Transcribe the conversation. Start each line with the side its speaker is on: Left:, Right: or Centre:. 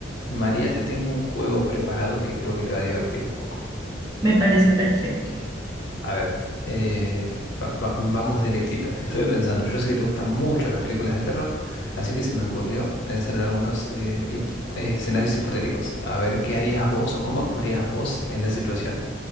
Left: María, te tengo un juego preparado que creo que te va a divertir un poco.
Right: Me parece perfecto.
Left: A ver, eh, va- va- vamos directito. Estuve pensando, yo sé que te gustan mucho las películas de terror, así que se me ocurrió pensar en algunos eh, hip- eh, escenarios hipotéticos. A ver, ¿qué harías vos o cómo actuarías vos en la situación?